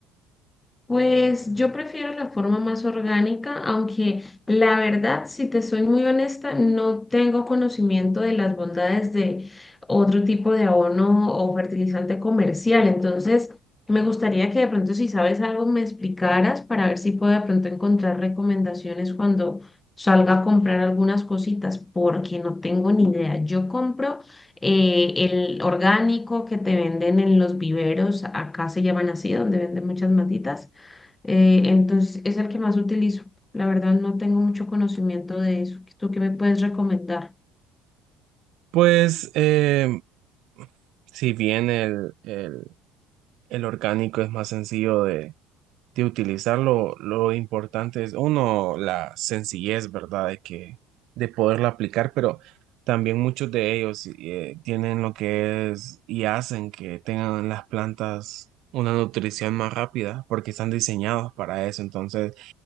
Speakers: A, on the left (about 20°); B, on the right (about 70°).
A: Pues yo prefiero la forma más orgánica, aunque la verdad, si te soy muy honesta, no tengo conocimiento de las bondades de otro tipo de abono o fertilizante comercial. Entonces, me gustaría que de pronto, si sabes algo, me explicaras para ver si puedo de pronto encontrar recomendaciones cuando salga a comprar algunas cositas, porque no tengo ni idea. Yo compro eh, el orgánico que te venden en los viveros, acá se llaman así, donde venden muchas matitas. Eh, entonces es el que más utilizo. La verdad no tengo mucho conocimiento de eso. ¿Tú qué me puedes recomendar?
B: Pues eh, Si bien el, el- el orgánico es más sencillo de, de utilizarlo, lo importante es, uno, la sencillez, ¿verdad? De que, de poderlo aplicar, pero también muchos de ellos eh, tienen lo que es y hacen que tengan las plantas una nutrición más rápida porque están diseñados para eso. Entonces,